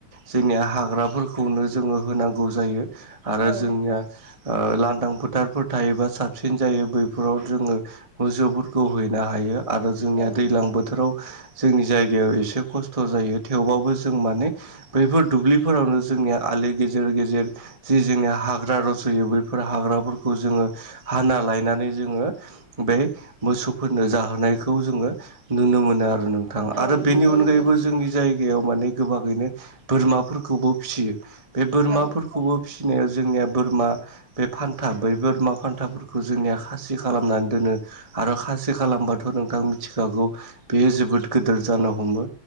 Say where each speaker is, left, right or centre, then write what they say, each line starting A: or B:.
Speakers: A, on the right; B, on the right.
A: जोंनिया हाग्राफोरखौनो जोङो होनांगौ जायो आरो
B: औ
A: जोंनिया, ओ लांदां फोथारफोर थायोबा साबसिन जायो बैफोराव जोङो जोबोद बेखौ हैनो हायो आरो जोंनिया
B: औ
A: दैज्लां बोथोराव, जोंनि जायगायाव एसे खस्थ' जायो थेवबाबो जों माने, बैफोर दुब्लिफोरावनो जोंनिया आलि गेजेर गेजेर, जि जोंनिया हाग्रा रज'यो बैफोर हाग्राफोरखौ जोङो हाना लायनानै जोङो, बे मोसौफोरनो जाहोनायखौ जोङो नुनो मोनो आरो नोंथां
B: औ
A: आरो बेनि
B: नंगौ
A: अनगायैबो
B: नंगौ
A: जोंनि जायगायाव माने गोबाङैनो बोरमाफोरखौबो फिसियो बे बोरमा
B: औ
A: फोर खौबो फिसिनाया जोंनिया बोरमा, बे फान्था बै बोरमा फान्थाफोरखौ जोंनिया खासि खालामनानै दोनो, आरो खासि खालामबाथ' नोंथां मिथिखागौ बेयो जोबोद गिदोर जानो हमो,